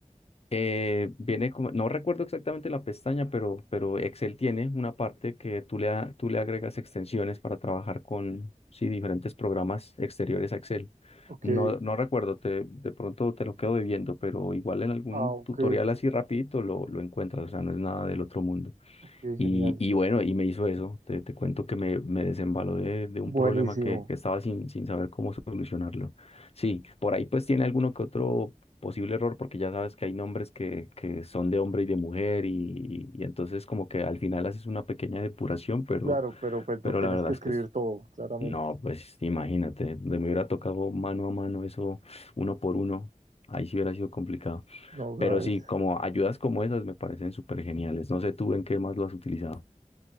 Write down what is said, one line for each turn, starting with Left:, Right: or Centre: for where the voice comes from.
Left: Eh, viene como, no recuerdo exactamente la pestaña, pero, pero Excel tiene una parte que tú le, a- tú le agregas extensiones para trabajar con, sí, diferentes programas exteriores a Excel.
Right: Ok.
Left: No, no recuerdo, te, de pronto te lo quedo debiendo, pero igual en algún
Right: Ah, ok,
Left: tutorial así rapidito lo, lo encuentras, o sea, no es nada del otro mundo.
Right: ok,
Left: Y,
Right: genial.
Left: y bueno, y me hizo eso. Te, te cuento que me, me desembaló de, de
Right: Buenísimo.
Left: un problema que, que estaba sin, sin saber cómo solucionarlo. Sí, por ahí pues tiene alguno que otro posible error, porque ya sabes que hay nombres que, que son de hombre y de mujer, y, y entonces como que al final haces una pequeña depuración, pero,
Right: Claro, pero pues
Left: pero
Right: no tienes
Left: la verdad
Right: que
Left: es
Right: escribir
Left: que es-
Right: todo, claramente.
Left: no, pues imagínate, de me hubiera tocado mano a mano eso, uno por uno, ahí sí hubiera sido complicado.
Right: No grabes.
Left: Pero sí, como ayudas como esas me parecen súper geniales. No sé tú en qué más lo has utilizado.